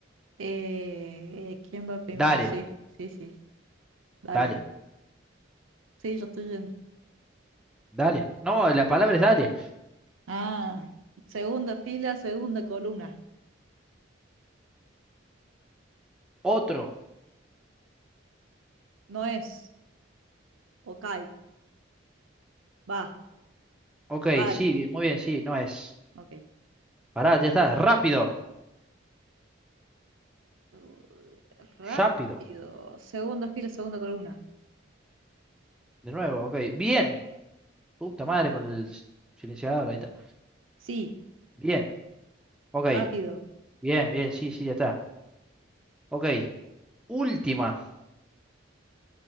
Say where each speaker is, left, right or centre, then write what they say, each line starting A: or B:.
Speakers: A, on the right; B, in the centre.
A: eh, ¿quién va primero?
B: Dale,
A: Sí, sí, sí. Dale.
B: dale,
A: Sí, yo estoy yendo.
B: dale. No, la palabra es dale.
A: Ah, segunda fila, segunda columna.
B: Otro.
A: No es. Ok. Va,
B: Ok,
A: vale.
B: sí, bien, muy bien, sí, no es.
A: Ok.
B: Pará, ya está, rápido,
A: Uh, rápido.
B: rápido.
A: Segunda fila, segunda columna.
B: De nuevo, ok, bien. Puta madre con el s- silenciador, ahí está.
A: Sí,
B: Bien, ok,
A: rápido.
B: bien, bien, sí, sí, ya está. Ok, última.